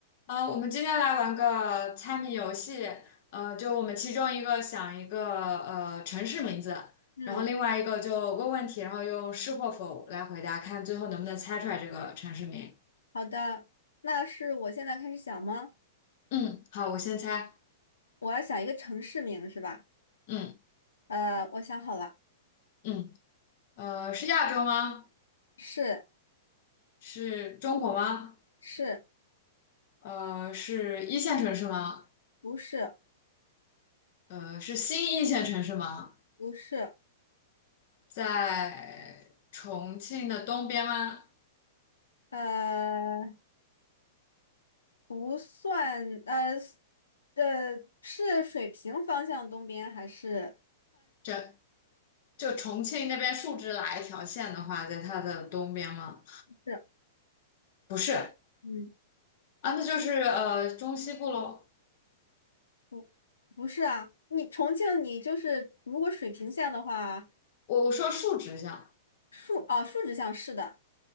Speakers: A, on the left (about 55°); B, on the left (about 80°).
A: 呃，我们今天来玩个猜谜游戏。呃，就我们其中一个想一个呃城市名字，
B: 嗯，
A: 然后另外一个就问问题，然后用是或否来回答，看最后能不能猜出来这个城市名。
B: 好的。那是我现在开始想吗？
A: 嗯，好，我先猜。
B: 我要想一个城市名是吧？
A: 嗯
B: 呃，我想好了，
A: 嗯，呃，是亚洲吗？
B: 是
A: 是中国吗？
B: 是，
A: 呃，是一线城市吗？
B: 不是
A: 呃，是新一线城市吗？
B: 不是，
A: 在重庆的东边吗？
B: 呃，不算，呃是呃，是水平方向东边还是
A: 这。就重庆那边竖直哪一条线的话，在它的东边吗？
B: 是？
A: 不是
B: 嗯，
A: 啊，那就是呃中西部喽。
B: 不不是啊，你重庆你就是如果水平线的话，
A: 我我说竖直向，
B: 竖哦竖直向是的，